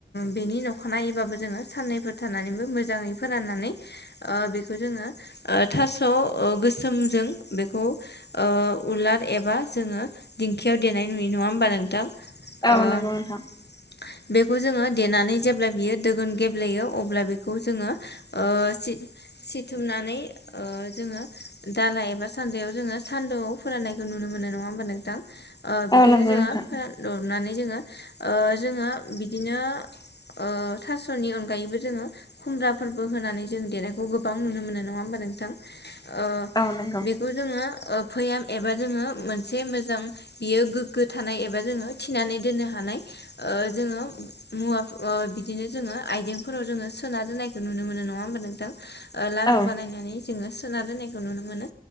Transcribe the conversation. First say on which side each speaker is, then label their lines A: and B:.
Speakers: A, on the left (about 65°); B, on the left (about 20°).
A: बेनि नखानायबाबो जोङो साननैफोर थानानैबो मोजाङै फोराननानै ओ बेखौ जोङो ओ थास' ओ गोसोमजों बेखौ ओ उलार एबा जोङो दिंखियाव देनाय नुयो नङा होमबा नों थां
B: औ
A: ओ‌
B: नंगौ नोंथां
A: बेखौ जोङो देनानै जेब्ला बियो दोगोन गेब्लेयो अब्ला बेखौ जोङो ओ सि- सि सिथुमनानै ओ जोङो दाला एबा सानदायाव जोङो सान्दुङाव फोराननायखौ नुनो मोनो नङा ओमबा नोंथां ओ बिदिनो
B: औ नंगौ
A: जोङो
B: नोंथां
A: फोरान दबनानै जों ओ जोङो बिदिनो ओ थास'नि अनगायैबो जोङो खुमब्राफोरबो होनानै जों देनायखौ गोबां नुनो मोनो नङा ओमबा नोंथां ओ
B: औ नंगौ
A: बेखौ जोङो ओ भैयाम एबा जोङो मोनसे मोजां बियो गोग्गो थानाय एबा जोङो थिनानै दोननो हा नाय जोङो मुवा बिदिनो जोङो आइजेंफोराव जोङो सोना दोननायखौ नुनो मोनो नङा ओमबा नोंथां लारु
B: औ
A: बानायनानै जोङो सोना दोननायखौ नुनो मोनो